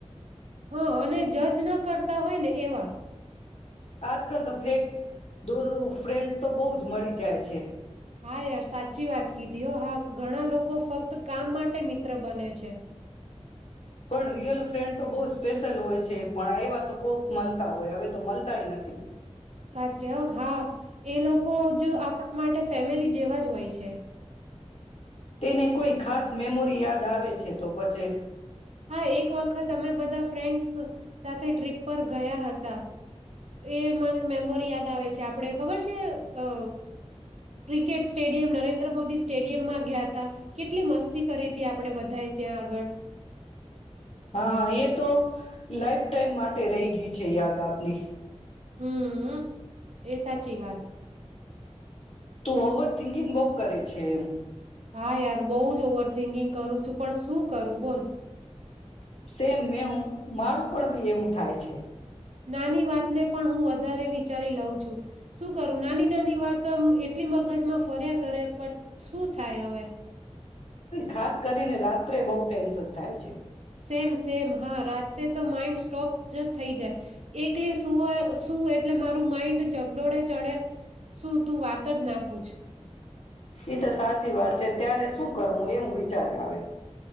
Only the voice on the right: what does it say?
હ અને જજ ન કરતા હોય ને એવા.
હા યાર સાચી વાત. કીધી હો હા. ઘણા લોકો ફક્ત કામ માટે મિત્ર બને છે. છે.
સાચે હા, એ લોકો જ આપણા માટે ફેમિલી જેવા જ હોય છે.
હા એક વ ખત અમે બધા ફ્રેન્ડસ સાથે ટ્રીપ પર ગયા હતા. એ મને મેમોરી યાદ આવે છ. જે આપણે ખબર છે અ ક્રિકેટ સ્ટેડિયમ નરેન્દ્ર મોદી સ્ટેડિયમમાં ગયા તા કેટલી મસ્તી કરી હતી આપડે બધાએ ત્યાં આગળ.
હમ્મ, એ સાચી વાત.
હા યાર બઉુ જ ઓવર થિન્કિંગગ કરું છું પણ શું કરું બોલ.
નાની વાત ને પણ હું વધ ધારે વિચારી લઉં છું. શું કરું નાની-નાની વાત તમ એટલી મગજમાં ફર્યા કરે પ શું થાય હવે?
સેમ સેમ હા રાજ તે તો માઈન્ડ સ્ટોપ જ થઈ જાય, એકલી શું એટલે મારું માઇન્ડ ચગડોળે ચડે. શું તું વાત જ ના પૂછ.